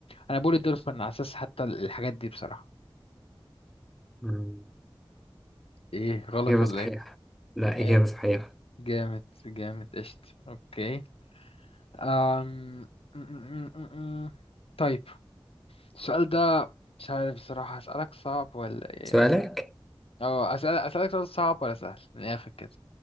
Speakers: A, on the left; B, in the centre.
A: انا بقول الدولفين على اساس حتى الحاجات دي بصراحة
B: مم،
A: ايه غلط
B: إجابة
A: ولا
B: صحيحة
A: ايه
B: لا
A: ايوه
B: إجابة صحيحة
A: جامد جامد قشط اوكي أم... م- م- م- م- م. طيب السؤال ده مش عارف بصراحة اسألك صعب ولا ايه
B: سؤالك
A: أس- اه اسأل اسألك سؤال صعب ولا سهل من الاخر كده